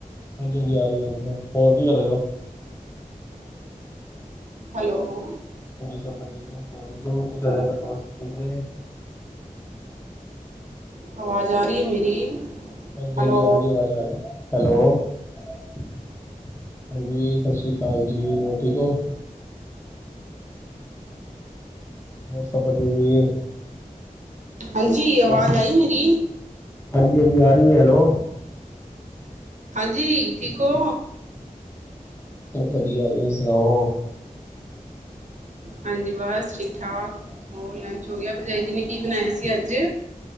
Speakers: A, on the left (about 20°); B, on the right (about 60°).
A: ਹਾਂਜੀ, ਹਾਂਜੀ ਆ ਰੀ ਜਾਂਦੀ ਫ ਹੋਰ ਕੀ ਕਰਦੇ
B: ਹੈਲੋ
A: ਜੀ ਸਬ ਬਦੀਆ ਠੀਕ <unintelligible>
B: ਆਵਾਜ਼ ਆ ਰੀ ਆ ਮੇਰੀ?
A: ਹਾਂਜੀ,
B: ਹੈਲੋ
A: ਹਾਂਜੀ ਆ ਰੀ ਆ ਰੀ ਆ ਹੈਲੋ। ਹਾਂਜੀ ਸ ਸ੍ਰੀ ਕਾਲ ਜੀ, ਹੋਰ ਠੀਕ ਓ? ਹੋਰ ਸਬ ਬਦੀਆ ਜੀ?
B: ਹਾਂਜੀ ਅਵਾਜ਼
A: ਹਾਂਜੀ
B: ਆਈ ਮੇਰੀ?
A: ਹਾਂਜੀ, ਹਾਂਜੀ ਆ ਰੀ ਆ ਹੈਲੋ।
B: ਹਾਂਜੀ, ਠੀਕ ਓ
A: ਵਦੀਆ, ਤੁਸੀਂ ਸੁਣਾਓ?
B: ਹਾਂਜੀ ਬਸ ਠੀਕ ਠਾਕ, ਹੋਰ ਲੰਚ ਹੋ ਗੇਆ ਭਰਜਾਈ ਜੀ ਨੇ ਕੀ ਬਨਾਏਆ ਸੀ ਆੱਜ?